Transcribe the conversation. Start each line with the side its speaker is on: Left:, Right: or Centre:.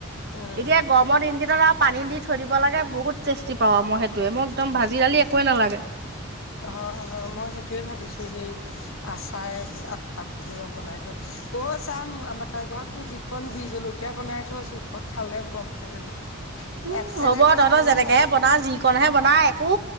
Left: উম।
Right: এতিয়া গৰমৰ দিন কেইটত আৰু পানী দি থৈ দিব লাগে বহুত টেষ্টি পাও আৰু মই সেইটোৱে মোক একদম ভাজি দালি একোৱে নালাগে
Left: অ মই সেইটোয়ে ভাবিছো সেই আচাৰ বনাই থ অ চাহ আমাৰ ঘৰতো যিখন বিজ জলকীয়া বনাই থ চোত খ খালে গম পাই যাবি
Right: উম
Left: একচেলেক
Right: হ'ব
Left: তই
Right: তহঁতৰ
Left: দিব
Right: যেনেকেহে
Left: নোৱাৰ
Right: বনা যিকণহে বনাই উ